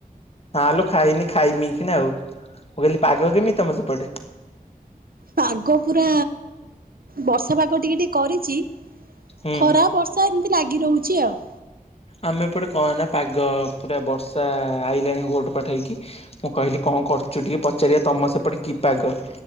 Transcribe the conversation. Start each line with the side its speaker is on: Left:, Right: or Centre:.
Left: ନା ଲୋ ଖାଇନି ଖାଇମି କି ନା ଆଉ ମୁଁ କହିଲି ପାଗ କେମିତି ତମ ସେପଟେ?
Right: ପାଗ ପୁରା ବର୍ଷା ପାଗ ଟିକେ ଟିକେ କରିଚି
Left: ହୁଁ
Right: ଖରା ବର୍ସ ର୍ଷା ଏମିତି ଲାଗି ରହୁଛି ଆଉ।
Left: ଆମେ ଏପଟେ କନା ପାଗ ପୁରା ବର୍ଷା ଆଇଲାଣି ଘୋଟ ପାଡ ହେଇକି। ମୁଁ କହିଲି କଣ କରୁଛୁ ଟିକେ ପଚାରିବା ତମ ସେପଟେ କି ପାଗ?